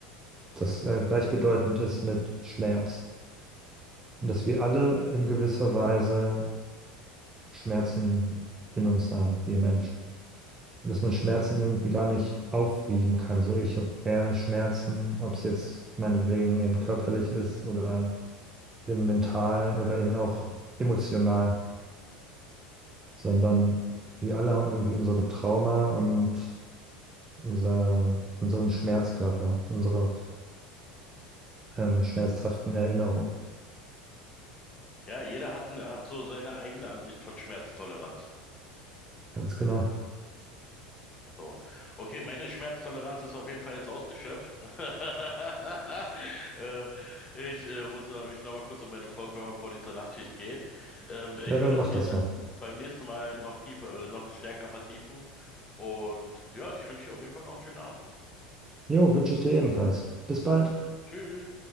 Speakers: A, on the right; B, on the left.
A: das äh, gleichbedeutend ist mit Schmerz. Und dass wir alle in gewisser Weise Schmerzen in uns haben, wir Menschen. Und dass man Schmerzen irgendwie gar nicht aufwiegen kann. So, ich habe mehr Schmerzen, ob es jetzt meinetwegen eben körperlich ist oder eben mental oder eben auch emotional, sondern wir alle haben irgendwie unsere Trauma und unser, unseren Schmerzkörper, unsere ähm, schmerzhaften Erinnerungen.
B: Ja, jeder hat, ne- hat so seine eigene Ansicht von Schmerztoleranz.
A: Ganz genau.
B: So. Okay, meine Schmerztoleranz ist auf jeden Fall jetzt ausgeschöpft. <laughs> äh, ich äh, muss mal- mich noch mal kurz um meine Frau kümmern, bevor die zur Nachtschicht geht. Ähm, ich
A: Ja, dann
B: würde
A: mach
B: es gerne
A: das mal.
B: beim nächsten Mal noch tiefer, äh, noch stärker vertiefen. Und ja, ich wünsche dir auf jeden Fall noch einen schönen Abend.
A: Jo, wünsche ich dir ebenfalls. Bis bald.
B: Tschüss.